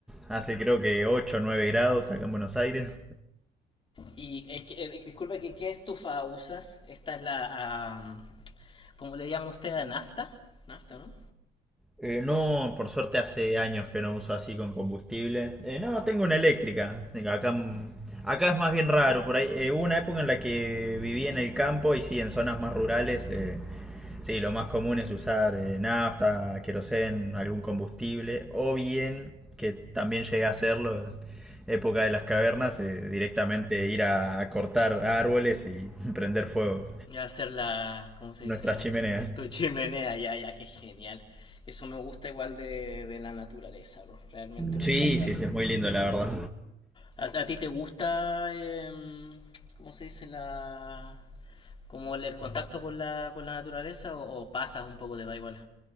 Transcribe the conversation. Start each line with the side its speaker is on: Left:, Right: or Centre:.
Centre: Hace creo que 8, o 9 grados acá en Buenos Aires.
Left: Y eh, eh, disculpe, ¿qué, ¿qué estufa usas? Esta es la... am, ¿Cómo le llaman ustedes? ¿Nafta? ¿Nafta, no?
Centre: Eh, no, por suerte hace años que no uso así con combustible. Eh, no, tengo una eléctrica. Tengo Acá, acá es más bien raro. Por ahí, eh, hubo una época en la que vivía en el campo y sí, en zonas más rurales. eh, Sí, lo más común es usar eh, nafta, querosén, algún combustible, o bien, que también llegué a hacerlo en época de las cavernas, eh, directamente ir a, a cortar árboles y <laughs> prender fuego
Left: Ya hacer la... ¿Cómo se
Centre: nuestras
Left: dice?
Centre: chimeneas.
Left: Tu chimenea, ya, ya, qué genial. Eso me gusta igual de, de la naturaleza, bro. Realmente me
Centre: Sí,
Left: encanta.
Centre: sí, sí, es muy lindo la verdad.
Left: ¿A, a ti te gusta... em, ¿Cómo se dice la... Como el, el contacto con la, con la naturaleza o, o pasas un poco, te da igual?